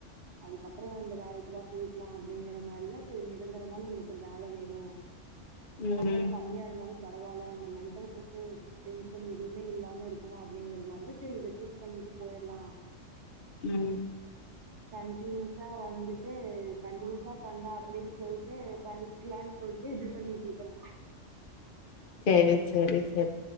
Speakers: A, on the right; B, on the left.
A: அதுக்கப்பறம் அந்த வேலைக்கெல்லாம் போயிக்கலாம் அப்பிடிங்கிற மாரிதான் செரி நிரந்தரமான நம்புளுக்கு ஒரு வேல வேணு
B: ம்
A: சம்பளம் கம்மியா இருந்தாலும் பரவால்ல இந்த மெ <unintelligible> எதுவுமே இல்லாம இருக்கணும் அப்பிடிங்கற மாதிரிதான் செரி இத சூஸ் பண்ணிட்டு போயிர்லாம்
B: ம்
A: கண்டினியூஸா வந்துட்டு கன்டினியூஸா பண்ணலாம் அப்பிடின்னு சொல்ட்டு பண்ணிக்கலாம்னு சொல்ட்டு இது பண்ணிட்டு இருக்கறேன்
B: செரி செரி செரி